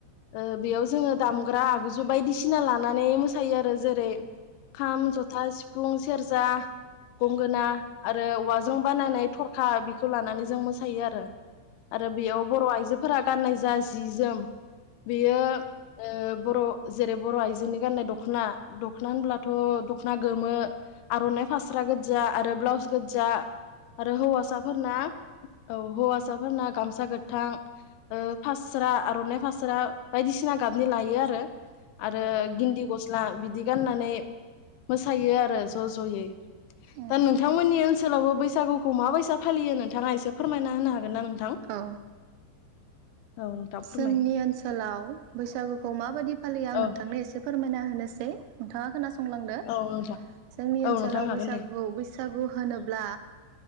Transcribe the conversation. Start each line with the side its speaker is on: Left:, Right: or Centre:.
Left: ओ बेयाव जोङो दामग्रा आगजु बायदिसिना लानानै मोसायो आरो जेरै खाम, जथा, सिफुं सिफुं, सेरजा, गंगोना। आरो औवाजों बानायानानै थरखा हा बि बेखौ लानानै जों मोसायो आरो आरो बेयाव बर' आइजोफोरा गाननाय जा जि जोम बियो ओ बर' जेरै बर' आइजोनि गाननाय दख'ना, दख'ना होनब्लाथ' दख'ना गोमो आर'नाइ फास्रा गोजा आरो ब्लाउस गोजा आरो हौवासा फोरना औ हौवासाफोरना गामसा गोथां फास्रा आर'नाइ फास्रा बायदिसिना गाबनि लायो आरो, आरो गिन्दि गस्ला बिदि गाननानै मोसायो आरो ज' ज'यै
Right: औ
Left: दा नोंथांमोननि ओनसोलावबो बैसागुखौ मा बायसा फालियो नोंथाङा एसे फोरमना होनो हागोन ना नोंथां?
Right: औ
Left: औ नोंथां फोरमाय
Right: जोंनि ओनसोलाव बैसागुखौ मा फालियो आं
Left: औ
Right: नोंथांनो एसे फोरमायना होनोसै नोंथां खोनासं संलांदो
Left: औ नोंथां
Right: जोंनि ओनसोलाव
Left: औ नोंथां हागोन
Right: बैसागु
Left: दे
Right: बैसागु होनोब्ला